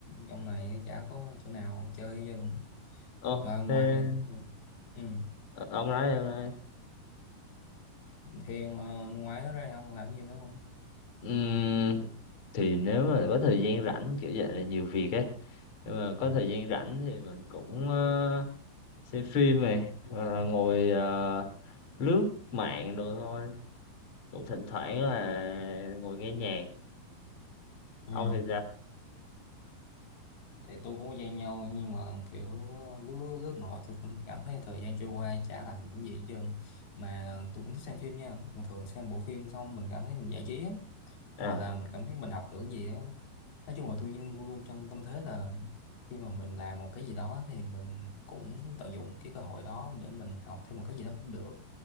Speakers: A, on the left; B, on the left.
A: trong này chả có chỗ nào chơi dân
B: ô
A: rồi ngoài
B: thế
A: ừ. ừ,
B: ờ, ông nói đi, ông nói đi.
A: thì à, ngoài đó ra ông làm gì nữa không
B: Ừm, thì nếu mà có thời gian rảnh kiểu vậy là nhiều việc ấy nhưng mà có
A: Ừ.
B: thời gian rảnh thì mình cũng ờ, xem phim này hoặc là ngồi ờ, lướt mạng đồ thôi cũng thỉnh thoảng là ngồi nghe nhạc
A: ừ
B: ông thì sao
A: thì tôi cũng gian nhau nhưng mà kiểu uh, lướt lướt lướt ngồi tôi cũng cảm thấy thời gian trôi qua chả làm được gì hết trơn mà tôi cũng thích xem phim nha thường thường xem bộ phim xong mình cảm thấy mình giải trí á
B: À,
A: hoặc là mình cảm thấy mình học được gì á nói chung là tôi luôn luôn trong tâm thế là khi mà mình làm một cái gì đó thì mình cũng tận dụng cái cơ hội đó để mình học thêm một cái gì đó cũng được